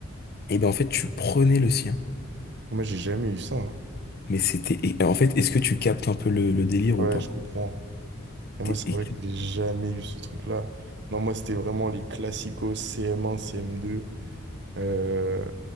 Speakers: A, on the left; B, on the right.
A: et ben en fait tu prenais le sien.
B: Et Moi, j'ai jamais eu ça. hein.
A: Mais c'était. et En fait, est-ce que tu captes un peu le, le délire
B: Ouais,
A: ou pas?
B: je comprends. Et moi,
A: T'es-
B: c'est vrai que j'ai jamais eu ce truc-là. Non, moi, c'était vraiment les classicos CM1, CM2, euh,